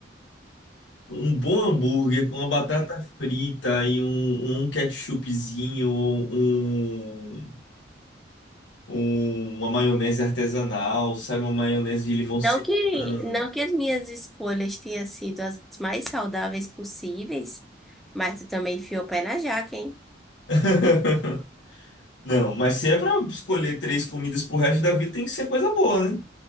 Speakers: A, on the left; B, in the centre.
A: Um bom hambúrguer com uma batata frita e um, um ketchupzinho, um, um- uma maionese artesanal, sabe, uma maionese de limão
B: Não
A: serrano.
B: que, não que as minhas escolhas tenham sido as mais saudáveis possíveis, mas tu também enfiou o pé na jaca, hein?
A: <laughs> Não, mas se é pra escolher três comidas pro resto da vida, tem que ser coisa boa, né?